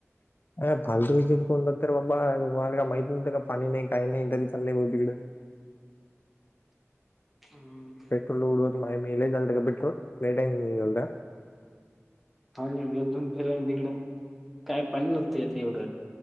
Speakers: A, on the left; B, in the centre.
A: अ फालतू विचत कोणतात तर बाबा मला काय माहित नव्हं का पाणी नाही काही नाही तरी चाललंय भा तिकडं
B: हम
A: पेट्रोल उडवत नाही मी लय झालत का पेट्रोलट लय टाईम झालाता
B: हा मी गेलतो ना जाऊदे ना तिकडं काय पाणी नव्हते त्यात ऐवढ